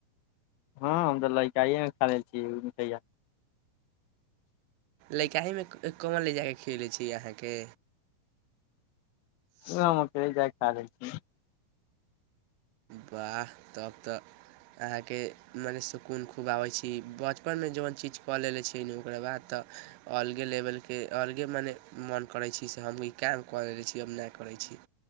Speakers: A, on the left (about 85°); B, on the right (about 75°).
A: हँ हम तऽ लइकाये मे खेने छी इ मिठइया। उ
B: लइकाहेमे कोन ले जा कऽ खियैले छी अहाँके?
A: हम क जाइ खै <inaudible>
B: बाह तब तऽ अहाँके मने सुकून खूब आबै छी बचपन मे जन चीज कऽ लेले छियइ ने ओकरा बाद तऽ अलगे लेबल के अलगे मने मोन करै छैय से हमहु ई काम करै छी अब नै करै छी।